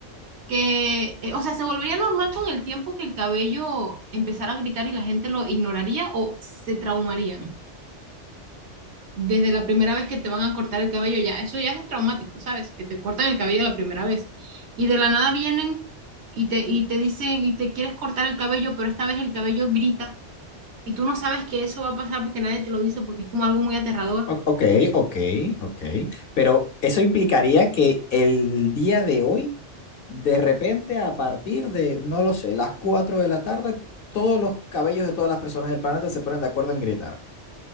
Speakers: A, on the right; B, on the left.
A: que, eh, o sea, se volvería normal con el tiempo que el cabello empezara a gritar y la gente lo ignoraría o se traumarían? desde la primera vez que te van a cortar el cabello, ya, eso ya es traumático, ¿sabes? Que te cortan el cabello la primera vez. Y de la nada vienen y te, y te dicen, y te quieres cortar el cabello, pero esta vez el cabello grita. Y tú no sabes que eso va a pasar porque nadie te lo dice, porque es como algo muy aterrador.
B: O- ok, ok, ok. Pero eso implicaría que el día de hoy de repente, a partir de, no lo sé, las 4 de la tarde, todos los cabellos de todas las personas del planeta se ponen de acuerdo en gritar.